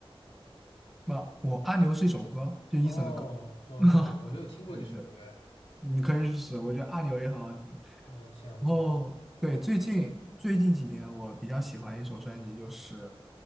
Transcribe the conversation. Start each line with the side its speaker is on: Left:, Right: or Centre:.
Centre: 那我阿牛是一首歌，就 Eason
Left: 哦哦，
Centre: 的歌。<laughs>
Left: 我我没有听过这首歌哎。
Centre: 对对，你可以去试，我觉得阿牛也很好听。
Left: 哦，这样子。
Centre: 然后对，最近最近几年我比较喜欢一首专辑，就是